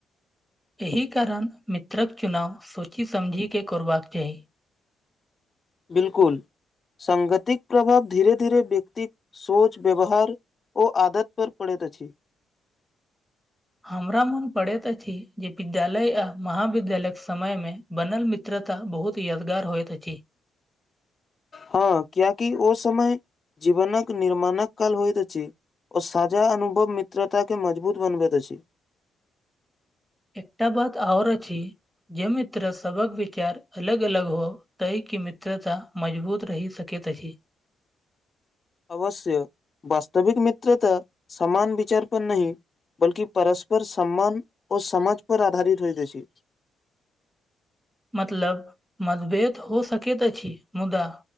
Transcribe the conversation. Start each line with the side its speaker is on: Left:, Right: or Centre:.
Centre: एहि कारण मित्रक चुनाव सोचि समझिके करबाक चाही।
Left: बिलकुल संगतिक प्रभाव धीरे धीरे व्यक्ति सोच व्यवहार ओ आदत पर पड़ैत अछि।
Centre: हमरा मोन पड़ैत अछि जे विद्यालय आ महाविद्यालयक समय मे बनल मित्रता बहुत यादगार होइत अछि।
Left: हँ कियाकि ओ समय जीवनक निर्माणक काल होइत अछि। ओ सााजा अनुभव मित्रता के मजबूत बनबैत अछि।
Centre: एकटा बात आओर अछि जे मित्र सबक विचार अलग अलग हो तहि के मित्रता मजबूत रहि सकैत अछि।
Left: अवश्य वास्तविक मित्र त समान विचारप नहि बल्कि परस्पर सम्मान और समाज पर आधारित होइत अछि।
Centre: मतलब मतभेद हो सकैत अछि मुदा